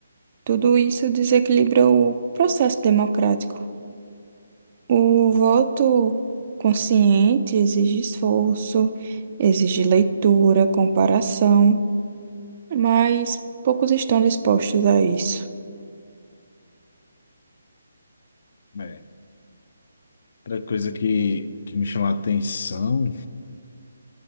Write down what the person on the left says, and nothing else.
É. Outra coisa que, que me chamou a atenção.